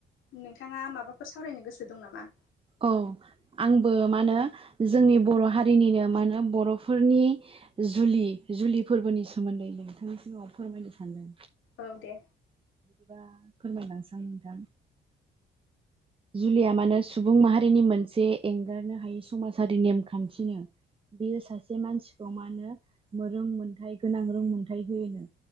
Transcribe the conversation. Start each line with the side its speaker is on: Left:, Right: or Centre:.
Left: नोंथांआ माबाफोर सावरायनो गोसो दं नामा?
Right: औ आंबो मा होनो जोंनि बर' हारिनिनो मा होनो बर'फोरनि जुलि जुलि फोरबोनि सोमोन्दै नोंथांनि सिगाङाव फोरमायनो सानदों
Left: औ दे
Right: बिदिबा फोरमायलांनोसां नोंथां जुलिआ मानो सुबुं माहारिनि मोनसे एंगारनो हायि समाजारि नेमखान्थिनो बियो सासे मानसिखौ मा होनो रोंमोनथायाइ गोनां रोंमोनथायाइ होयो